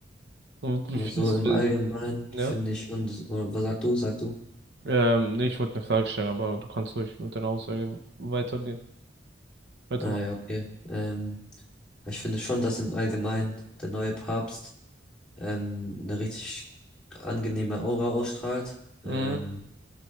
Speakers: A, on the right; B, in the centre.
A: Und wie
B: Aber
A: findest
B: so im
A: du,
B: Allgemeinen
A: ja?
B: finde ich schon, das, oder was sagst du, sagst du?
A: Ähm, nee, ich wollte eine Frage stellen, aber du kannst ruhig mit deiner Aussage weitergehen, weitermachen.
B: Ah, ja, okay. Ähm, ich finde schon, dass im Allgemeinen der neue Papst ähm, eine richtig angenehme Aura ausstrahlt. Ähm,
A: Mhm.